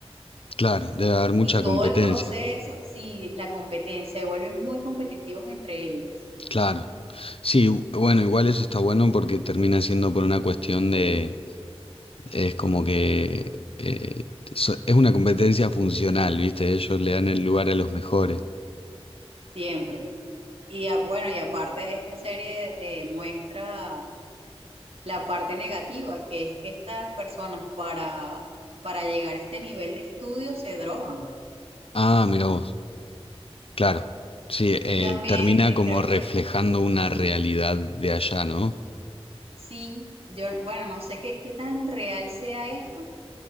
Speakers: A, on the left (about 60°); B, on the right (about 65°).
A: Claro, debe haber mucha
B: Y todo
A: competencia.
B: el proceso, sí, la competencia, se vuelven muy competitivos entre ellos,
A: Claro. Sí, bueno, igual eso está bueno porque termina siendo por una cuestión de Es como que eh, so- es una competencia funcional, ¿viste? Ellos le dan el lugar a los mejores.
B: siempre. Y a- bueno, y aparte esta serie eh, muestra la parte negativa, que es que estas personas para, para llegar a este nivel de estudio se drogan.
A: Ah, mira vos, claro. Sí,
B: Y
A: eh,
B: también
A: termina
B: eh,
A: como
B: creo
A: reflejando
B: que
A: una realidad de allá, ¿no?
B: sí, yo, bueno, no sé qué, qué tan real sea esto,